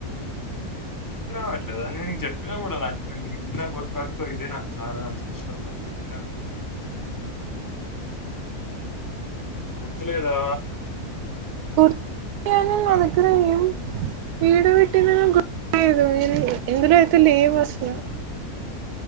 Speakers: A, on the left; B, on the right.
A: గుర్తు రావట్లేదా నేను నీకు జె ప్పినా కూడా నాకు ఉన్న బుర్కాాస్ లో ఇదే నాకు చాలా ఇష్టం అని చెప్పినా గుర్తులేదా
B: గుర్తుంది గాని నాదగారేంవుంది
A: నాకు
B: వీడ వెటింనానో గుర్తు లేదు ఎందులో అయితే లేవు అస్సల